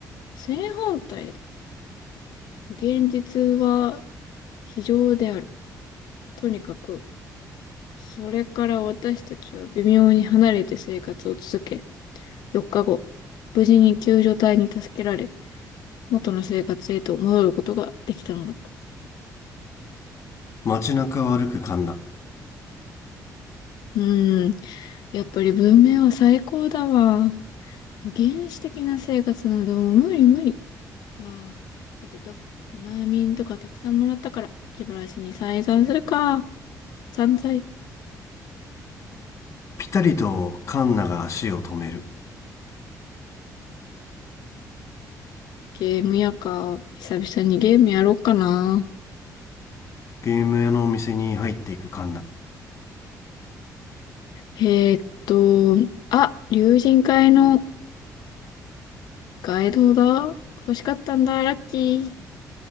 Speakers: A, on the left (about 80°); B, on the left (about 45°).
A: 正反対だよ。現実は非常である。とにかく、それから私たちは微妙に離れて生活を続け、4日後、無事に救助隊に助けられ、元の生活へと戻ることができたのだった。
B: 街中を歩くカンナ
A: うーん、やっぱり文明は最高だわ。原始的な生活なんでもう無理無理。ああ、さてと、見舞い民とかたくさんもらったから、気晴らしに再三するか。散財。
B: ピタリとカンナが足を止める
A: ゲームやか。久々にゲームやろうかな。
B: ゲーム屋のお店に入っていくカンナ
A: えーっと、あ、竜神会のガイドだ。欲しかったんだ、ラッキ